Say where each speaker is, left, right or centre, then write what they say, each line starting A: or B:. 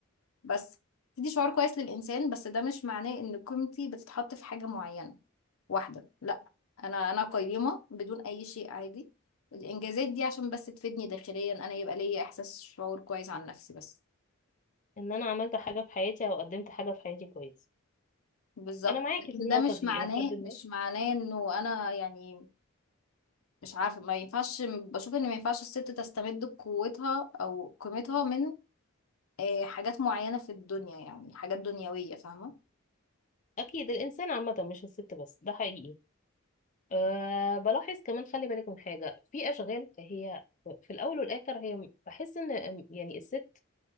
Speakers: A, on the left (about 75°); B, on the left (about 35°).
A: بس تدي شعور كويس للإنسان بس ده مش معناه إن قيمتي بتتحط في حاجة معينة واحدة لا أنا أنا قيمة بدون أي شيء عادي الإنجازات دي عشان بس تفيدني داخليا أنا يبقى ليا إحساس شعور كويس عن نفسي بس
B: ان انا عملت حاجه في حياتي او قدمت حاجه في حياتي كويس
A: بالظبط
B: انا معاكي
A: لكن
B: في النقطه
A: ده مش
B: دي
A: معناه
B: الى حد ما
A: مش معناه إنه أنا يعني مش عارفة ما ينفعش بشوف ان ما ينفعش الست تستمد قوتها او قيمتها من آه، حاجات معينة في الدنيا يعني حاجات دنيوية فاهمة
B: اكيد الانسان عامه مش الست بس ده حقيقي أه بلاحظ كمان خلي بالك من حاجه في اشغال هي في الاول والاخر هي بحس ان يعني الست